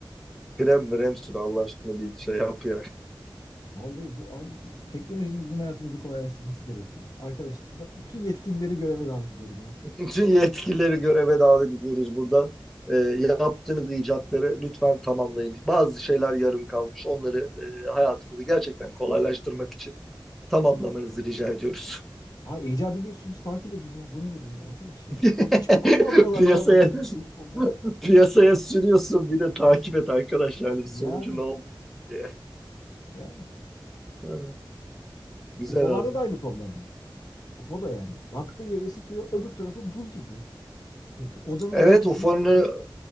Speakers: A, in the centre; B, on the left.
A: krem mrem sür Allah aşkına bir şey yap ya. <laughs>
B: Vallahi bu abi bu teknolojinin bizim hayatımızı kolaylaştırması gerekiyor. Arkadaşlar ben bütün yetkilileri göreve davet ediyorum ya.
A: Bütün yetkilileri göreve davet ediyoruz buradan. E, yaptığınız icatları lütfen tamamlayın. Bazı şeyler yarım kalmış. Onları e, hayatımızı gerçekten kolaylaştırmak için tamamlamanızı rica ediyoruz.
B: Ha icat ediyorsunuz takip edin ya. Bu nedir böyle arkadaş yani?
A: <laughs>
B: Hiç mi kullanmıyorlar
A: Piyasaya
B: ya bunları bu insanlar?
A: <laughs> piyasaya sürüyorsun bir de takip et arkadaş yani bir
B: Yani
A: sonucu ne oldu diye.
B: yani.
A: Ha, Güzel
B: UFO'larda
A: abi.
B: da aynı problem var. UFO da yani. Baktığı yeri ısıtıyor öbür tarafın buz gibi. Odanın
A: Evet
B: yapısından
A: UFO'nun
B: dolayı